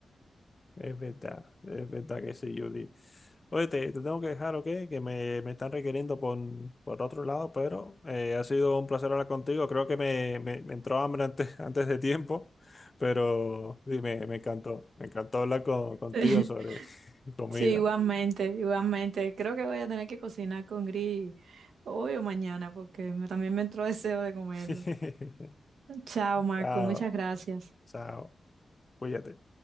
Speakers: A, on the left (about 25°); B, on the right (about 85°).
A: Es verdad, es verdad que sí, Judy. Oye, te, te tengo que dejar, ¿ok? Que me, me están requiriendo por, por otro lado, pero eh, ha sido un placer hablar contigo. Creo que me, me, me entró hambre antes, <laughs> antes de tiempo, pero sí, me, me encantó. Me encantó hablar con- contigo
B: <laughs>
A: sobre <laughs> comida.
B: Sí, igualmente, igualmente. Creo que voy a tener que cocinar con Gris hoy o mañana porque me- también me entró deseo de comerlo.
A: <laughs>
B: Chao, Marco,
A: Chao,
B: muchas gracias.
A: chao, cuídate.